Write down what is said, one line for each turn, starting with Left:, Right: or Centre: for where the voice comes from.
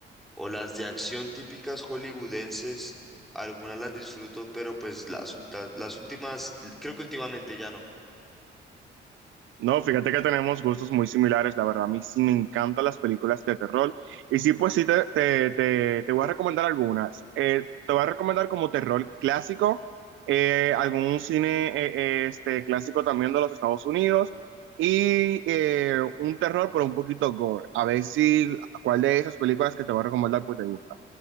Centre: o las de acción típicas hollywoodenses. Algunas las disfruto, pero pues las, ulta- las últimas, l- creo que últimamente ya no.
Right: No, fíjate que tenemos gustos muy similares, la verdad, a mí sí me encantan las películas de terror. Y sí, pues sí, te, te, te, te voy a recomendar algunas. Eh, te voy a recomendar como terror clásico, eh, algún cine eh, eh, este, clásico también de los Estados Unidos y eh, un terror, pero un poquito gore. A ver si cuál de esas películas que te voy a recomendar pues te gusta.